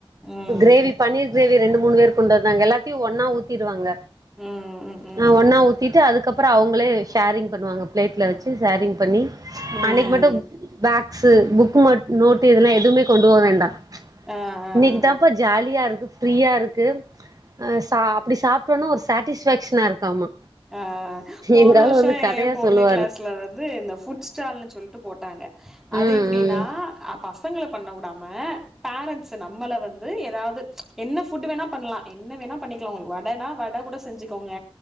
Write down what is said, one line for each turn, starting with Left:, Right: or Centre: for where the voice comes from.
Centre: ம்
Right: கிரேவி பன்னீர் கிரேவி ரெண்டு மூணு பேர் கொண்டு வந்தாங்க எல்லாத்தையு ஒன்னா ஊத்திடுவாங்க
Centre: ம் ம் ம்
Right: ஆ ஒன்னா
Centre: ம்
Right: ஊத்தி த்திட்டு அதுக்கப்பறோ அவுங்களே ஷேரிங் பண்ணுவாங்க பிளேட்டில வச்சு ஷேரிங் பண்ணி
Centre: ம்
Right: அன்னைக்கு மட்டும்
Centre: ம்
Right: பேக்ஸ்சு புக் மட் நோட்டு இதெல்லா எதுவுமே கொண்டு போக வேண்டா
Centre: ஆ ஆ ஆ
Right: இன்னைக்கு தாப்பா ஜாலியா இருக்கு ப்ரீயா இருக்கு ஆ சாப் இப்படி சாப்ட்டோனா ஒரு சட்டிஸ்பேக்க்ஷனா இருக்காமா
Centre: ஆ போன
Right: எங்க ஆளு
Centre: வருஷோ
Right: வந்து
Centre: ஏ
Right: கதையா
Centre: பொண்ணு
Right: சொல்லுவாரு
Centre: கிளாஸ்ல வந்து இந்த ஃபுட் ஸ்டால்னு சொல்ட்டு போட்டாங்க
Right: ம்
Centre: அது
Right: ம்
Centre: எப்படின்னா அ பசங்கள பண்ண விடாம பேரண்ட்ஸ் நம்மள வந்து ஏதாவது என்ன புட் வேணா பண்ணலா என்ன வேணா பண்ணிக்கலா உங்களுக்கு வடனா வட கூட செஞ்சுக்கோங்க